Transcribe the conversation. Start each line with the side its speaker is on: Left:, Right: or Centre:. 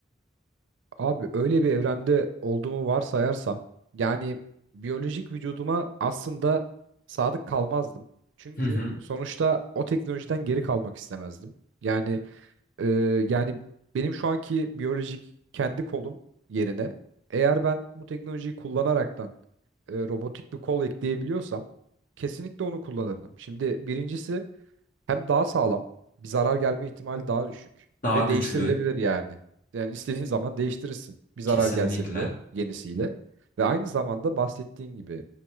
Right: Abi öyle bir evrende olduğumu varsayarsam yani biyolojik vücuduma aslında sadık kalmazdım. Çünkü
Left: Hı hı.
Right: sonuçta o teknolojiden geri kalmak istemezdim. Yani e, yani benim şu anki biyolojik kendi kolum yerine eğer ben bu teknolojiyi kullanaraktan e, robotik bir kol ekleyebiliyorsam kesinlikle onu kullanırdım. Şimdi birincisi hem daha sağlam, bir zarar gelme ihtimali daha düşük
Left: Daha
Right: ve
Left: güçlü,
Right: değiştirilebilir yani. Yani istediğin zaman değiştirirsin. Bir zarar
Left: kesinlikle.
Right: gelse bile yenisiyle. Ve aynı zamanda bahsettiğin gibi